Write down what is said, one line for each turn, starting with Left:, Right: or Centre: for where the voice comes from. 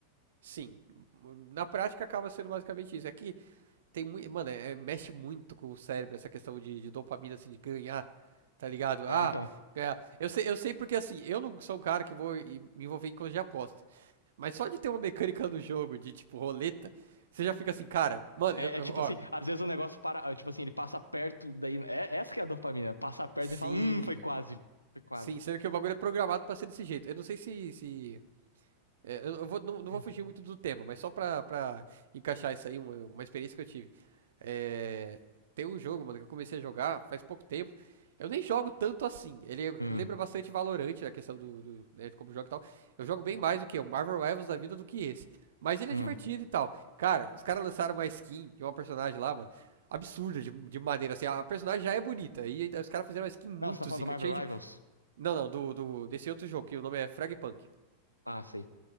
Right: Sim. Na prática acaba sendo basicamente isso. É que Tem muito. Mano, é, é- mexe muito com o cérebro essa questão de, de dopamina, assim, de ganhar, tá ligado?
Left: É,
Right: Ah,
Left: então,
Right: ganhar. Eu sei, eu sei porque, assim, eu não sou um cara que vou e- me envolver em coisa de aposta. Mas só de ter uma mecânica no jogo de, tipo, roleta, você já fica assim, cara, mano,
Left: É,
Right: eu, eu-
Left: é tipo
Right: ó,
Left: assim, às vezes o negócio para, é, tipo assim, ele passa perto, daí. É, essa que é a dopamina. Passa perto
Right: sim.
Left: e fala, hum, foi quase. Foi quase.
Right: Sim, sendo que o bagulho é programado pra ser desse jeito. Eu não sei se, se É, eu eu vou, não, não
Left: Hum,
Right: vou fugir muito do tema, mas só pra, pra encaixar isso aí, uma, uma experiência que eu tive. É, tem um jogo, mano, que eu comecei a jogar faz pouco tempo. Eu nem jogo tanto assim. Ele
Left: hum,
Right: lembra bastante Valorant, a questão do, do né, de como joga e tal. Eu jogo bem mais do que o Marvel Rivals da vida do que esse. Mas ele
Left: hum.
Right: é divertido e tal. Cara, os caras lançaram uma skin de uma personagem lá, mano. Absurda de, de maneira assim. A personagem já é bonita. E aí os caras fizeram uma skin muito
Left: Não, você tá falando
Right: zica.
Left: do Marvel
Right: Cheia de...
Left: Rivals?
Right: Não, não, do, do, desse outro jogo, que o nome é Fragpunk.
Left: Ah, sei.